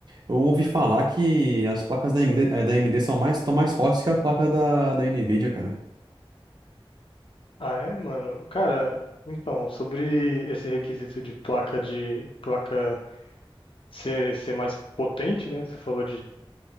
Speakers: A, on the right; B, on the left.
A: Eu ouvi falar que as placas da AMD, eh, da AMD são mais, estão mais fortes que a placa da, da Nvidia, cara.
B: Ah, é, mano? Cara, então, sobre esse requisito de placa de placa ser, ser mais potente, né? Você falou de,